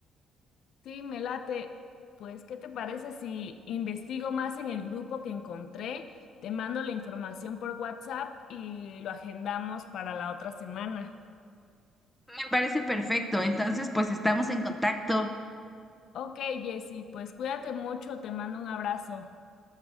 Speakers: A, on the left; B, in the centre.
A: Sí, me late. Pues, ¿qué te parece si investigo más en el grupo que encontré? Te mando la información por WhatsApp y lo agendamos para la otra semana.
B: Me parece perfecto. Entonces, pues estamos en contacto.
A: Ok, Jessy, pues cuídate mucho, te mando un abrazo.